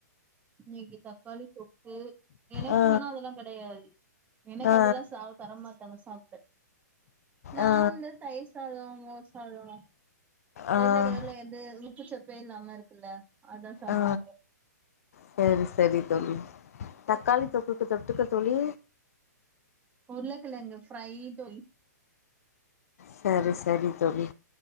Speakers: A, on the right (about 15°); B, on the left (about 55°).
A: இன்னைக்கு தக்காளி தொக்கு எனக்கு
B: ஆ
A: ஆனா அதெல்லாம் கெடையாது எனக்கு
B: ஆ
A: அதெல்லாம் சாப் தர மாட்டாங்க சாப்ட நான்
B: ஆ
A: வந்து தயிர் சாதம் மோர் சாதம்
B: ஆ
A: வெள்ள கலர்ல எது உப்புச்சப்பே இல்லாம இருக்குல்ல அதா சாப்டுவாங்க
B: ஆ செரி சரி தோழி தக்காளி தொக்குக்கு தொட்டுக்க தோழி
A: உருளகிழங்கு ஃப்ரைடு
B: சரி சரி தோழி